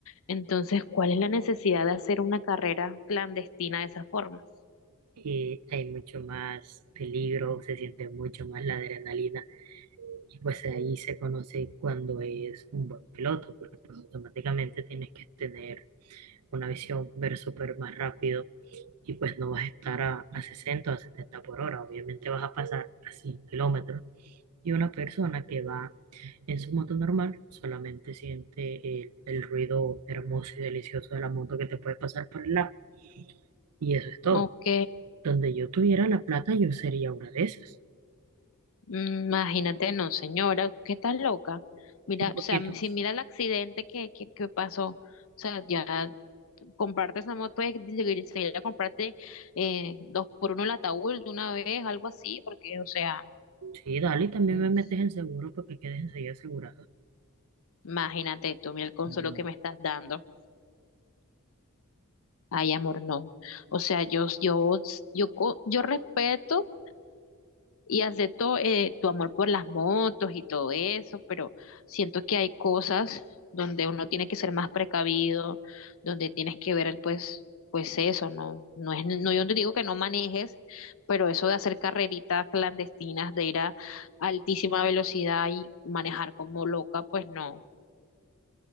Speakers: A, on the left; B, on the right.
A: Entonces, ¿cuál es la necesidad de hacer una carrera clandestina de esa forma?
B: y hay mucho más peligro, se siente mucho más la adrenalina. Y pues ahí se conoce cuando es un buen piloto, porque pues automáticamente tienes que tener una visión, ver súper más rápido. Y pues no vas a estar a, a 60 o a 70 por hora. Obviamente vas a pasar a 100 kilómetros Y una persona que va en su moto normal solamente siente el, el ruido hermoso y delicioso de la moto que te puede pasar por el lado. Y eso es todo.
A: Ok,
B: Donde yo tuviera la plata, yo sería una de esas.
A: mm, imagínate, no, señora, ¿qué estás loca? Mira,
B: Un poquito.
A: o sea, si mira el accidente que, que, que pasó, o sea, ya comprarte esa moto es seguir, seguir a comprarte eh, dos por uno el ataúd de una vez, algo así, porque, o sea,
B: Sí, dale, y también
A: mm,
B: me metes en seguro porque quedes enseguida asegurada.
A: imagínate tú, mira el consuelo
B: No,
A: que me estás dando. Ay, amor, no. O sea, yo, yo, yo, co- yo respeto y acepto eh, tu amor por las motos y todo eso, pero siento que hay cosas donde uno tiene que ser más precavido, donde tienes que ver pues pues eso, no no es no yo no te digo que no manejes, pero eso de hacer carreritas clandestinas, de ir a altísima velocidad y manejar como loca, pues no.